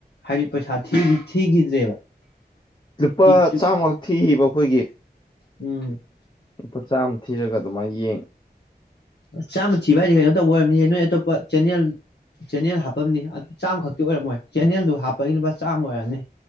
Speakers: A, on the left; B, on the left.
A: ꯍꯥꯏꯗꯤ ꯄꯩꯁꯥ ꯊꯤ ꯊꯤꯈꯤꯗ꯭ꯔꯦꯕ
B: ꯂꯨꯄꯥ
A: ꯇꯤꯚꯤꯁꯨ
B: ꯆꯥꯝꯃ ꯊꯤꯕ ꯑꯩꯈꯣꯏꯒꯤ
A: ꯎꯝ
B: ꯂꯨꯄꯥ ꯆꯥꯝꯃ ꯊꯤꯔꯒ ꯑꯗꯨꯃꯥꯏꯟ ꯌꯦꯡ
A: ꯆꯥꯝꯃ ꯊꯤꯕ ꯍꯥꯏꯁꯦ ꯀꯩꯅꯣ ꯇꯧꯕ ꯑꯣꯏꯔꯝꯅꯤꯍꯦ ꯅꯣꯏ ꯑꯇꯣꯞꯄ ꯆꯦꯟꯅꯦꯜ ꯆꯦꯟꯅꯦꯜ ꯍꯥꯞꯄꯅꯤ ꯆꯥꯝꯃ ꯈꯛꯇꯤ ꯑꯣꯏꯔꯝꯃꯣꯏ ꯆꯦꯟꯅꯜꯗꯨ ꯍꯥꯞꯄꯒꯤ ꯂꯨꯄꯥ ꯆꯥꯝꯃ ꯑꯣꯏꯔꯝꯅꯤ